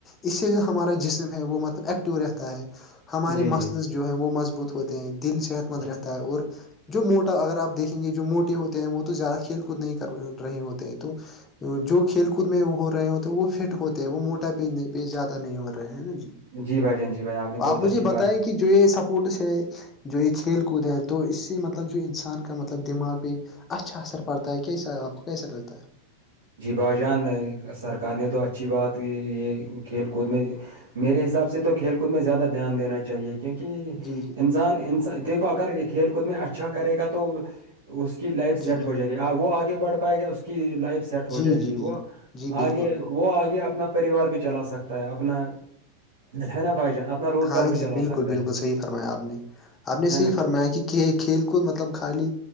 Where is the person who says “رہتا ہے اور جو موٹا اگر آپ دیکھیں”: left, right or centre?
Left